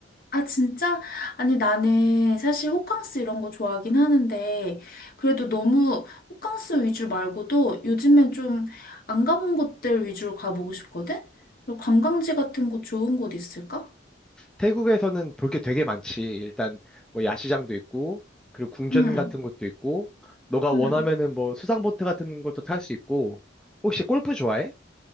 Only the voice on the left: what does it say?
아 진짜? 아니 나는 사실 호캉스 이런 거 좋아하긴 하는데 그래도 너무 호캉스 위주 말고도 요즘엔 좀 안 가본 곳들 위주로 가보고 싶거든? 그리고 관광지 같은 곳 좋은 곳 있을까?
응.
응.